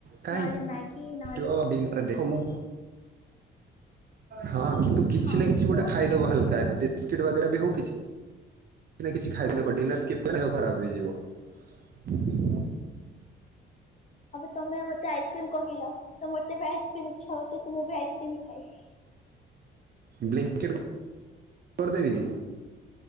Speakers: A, on the right; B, on the left.
A: କାଇଁକି
B: ନହେଲେ ମ୍ୟାଗି ନହେଲେ
A: ଷ୍ଟୁଅ ବିନ ଆରେ ଦେଖ ମୁଁ ହଁ କିନ୍ତୁ କିଛି
B: ହଁ
A: ନା କିଛି
B: କୁହ
A: ଗୋଟେ ଖାଇଦବ ହାଲକା ଏକା ବିସ୍କିଟ୍ ବଗେରା ବି ହଉ କିଛି କି ନା କିଛି ଖାଇଦ ଦେଖ ଡିନର ସ୍କିପ୍ କଲେ ଦେହ ଖରାପ ହେଇଯିବ।
B: ଆବେ ତମେ ମତେ ଆଇସ୍କ୍ରିମ କହିଲ ତ ମତେ ବି ଆଇସ୍କ୍ରିମ ଇଚ୍ଛା ହଉଚି ତ ମୁଁ ବି ଆଇସ୍କ୍ରିମ ଖାଇବି।
A: ବ୍ଲିଙ୍କିଟ କରଦେବି କି?